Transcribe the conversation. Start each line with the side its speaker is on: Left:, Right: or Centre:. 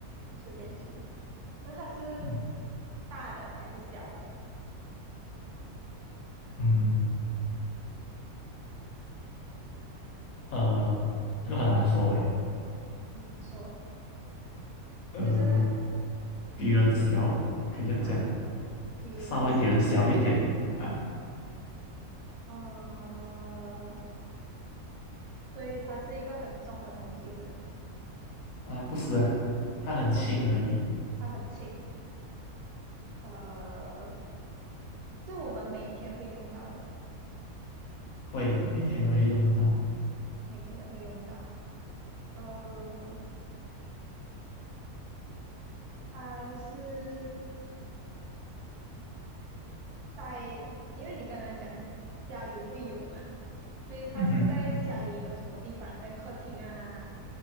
Right: 不是电器，那它是
Left: 嗯，
Right: 大的还是小的？
Left: 嗯，呃，这个很难说诶，
Right: 你说，
Left: 呃，
Right: 就是它
Left: 比人小，可以这样讲，
Right: 啊，比人小，
Left: 稍微比人小一点啊
Right: 呃，所以它是一个很重的东西是吗？
Left: 啊，不是啊，它很轻而已，
Right: 不是，它很轻，呃，是我们每天会用到的，
Left: 会，你每天都会用到，
Right: 每天都会用到，呃，它是在，因为你刚刚讲家里会有嘛，所以他是在家里有什么地方，
Left: 嗯哼，
Right: 在客厅啊、